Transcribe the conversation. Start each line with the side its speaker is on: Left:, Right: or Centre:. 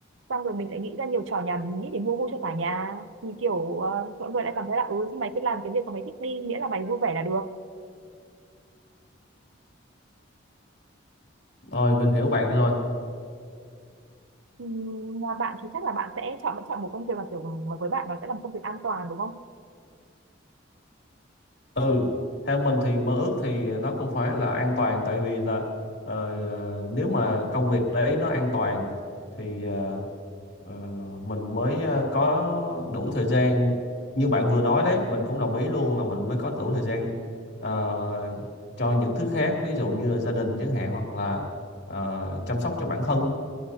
Right: xong rồi mình lại nghĩ ra nhiều trò nhảm nhí để mua vui cho cả nhà thì kiểu ờ, mọi người lại cảm thấy là ừ mày cứ làm cái việc mà mày thích đi miễn là mày vui vẻ là được
Left: rồi mình hiểu bạn rồi
Right: Ừ, Mà bạn thì chắc là bạn sẽ chọn vẫn chọn một công việc mà kiểu mà với bạn nó sẽ là một công việc an toàn đúng không?
Left: ừ theo mình thì mơ ước thì nó cũng phải là an toàn tại vì là ờ, ờ, nếu mà công việc đấy nó an toàn thì ờ, ờ, mình mới ờ, có đủ thời gian như bạn vừa nói đấy mình cũng đồng ý luôn là mình mới có đủ thời gian ờ, cho những thứ khác ví dụ như là gia đình chẳng hạn hoặc là ờ, chăm sóc cho bản thân